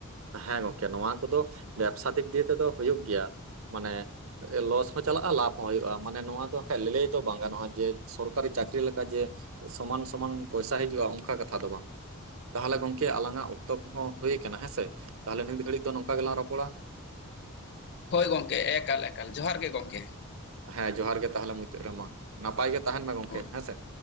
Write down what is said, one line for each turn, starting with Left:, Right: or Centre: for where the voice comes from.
Right: ᱦᱮᱸ ᱜᱚᱝᱠᱮ ᱱᱚᱣᱟ ᱠᱚᱫᱚ ᱵᱮᱵᱥᱟ ᱫᱤᱠ ᱫᱤᱭᱮ ᱛᱮᱫᱚ ᱦᱩᱭᱩᱜ ᱜᱮᱭᱟ ᱢᱟᱱᱮ ᱞᱚᱥ ᱦᱚᱸ ᱪᱟᱞᱟᱜᱼᱟ ᱞᱟᱵᱷ ᱦᱚᱸ ᱦᱩᱭᱩᱜᱼᱟ ᱢᱟᱱᱮ ᱱᱚᱣᱟ ᱫᱚ ᱠᱷᱟᱡ ᱞᱟᱹ ᱞᱟᱹᱭ ᱫᱚ ᱵᱟᱝ ᱜᱟᱱᱚᱜᱼᱟ ᱡᱮ ᱥᱚᱨᱠᱟᱨᱤ ᱪᱟᱹᱠᱨᱤ ᱞᱮᱠᱟ ᱡᱮ ᱥᱚᱢᱟᱱ ᱥᱚᱢᱟᱱ ᱯᱚᱭᱥᱟ ᱦᱤᱡᱩᱜᱼᱟ ᱚᱱᱠᱟ ᱠᱟᱛᱷᱟ ᱫᱚ ᱵᱟᱝ ᱛᱟᱦᱚᱞᱮ ᱜᱚᱝᱠᱮ ᱟᱞᱟᱝᱟᱜ ᱚᱠᱛᱚᱵ ᱠᱚ ᱦᱚᱸᱚᱸ ᱦᱩᱭᱟᱠᱟᱱᱟ ᱦᱮᱸᱥᱮ ᱛᱟᱦᱞᱮ ᱱᱤᱛ ᱜᱷᱟᱹᱲᱤᱡ ᱫᱚ ᱱᱚᱝᱠᱟ ᱜᱮᱞᱟᱝ ᱨᱚᱯᱚᱲᱟ
Left: ᱦᱳᱭ ᱜᱚᱢᱠᱮ ᱮᱠᱟᱞ ᱮᱠᱟᱞ ᱡᱚᱦᱟᱨ ᱜᱮ ᱜᱚᱝᱠᱮ
Right: ᱦᱮᱸ ᱡᱚᱦᱟᱨ ᱜᱮ ᱛᱟᱦᱚᱞᱮ ᱢᱩᱪᱟᱹᱫ ᱨᱮᱢᱟ ᱱᱟᱯᱟᱭ ᱜᱮ ᱛᱟᱦᱮᱱ ᱢᱟ ᱜᱚᱢᱠᱮ
Left: ᱦᱳᱭ
Right: ᱦᱮᱸ ᱥᱮᱫ